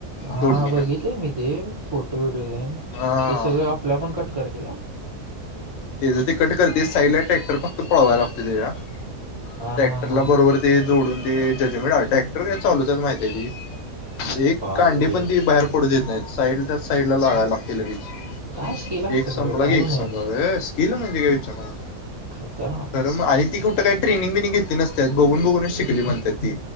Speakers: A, on the right; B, on the left.
A: हा
B: तोडणीनं
A: बघितले मी ते फोटो व्हिडिओ तेन
B: हा
A: ते सगळं आपल्या आपण कट करते का?
B: तेज ते कट करते साईडला ट्रॅक्टर फक्त पळवायला लागते त्याच्या
A: हां,
B: ट्रॅक्टरला
A: हां, हां.
B: बरोबर ते, जोडून ते जजमेट ट्रक्टर चालूच आहेत. माहिती ती एक
A: बापरे!
B: कांडी पण ती बाहेर पडू देत नाहीत. साईड ला साईड ला लावायला लागतय लगेच.
A: काय स्किल असतात
B: एक संपला
A: खरं काय
B: की एक
A: बनवायला?
B: समजा होय असं गेलं म्हणजे काय विचारू नकोस
A: खतरनाक
B: खर मग आणि ती कुठं काय ट्रेनिंग बिनिंग ती नसत्यात बघून बघूनच शिकली म्हणतात ती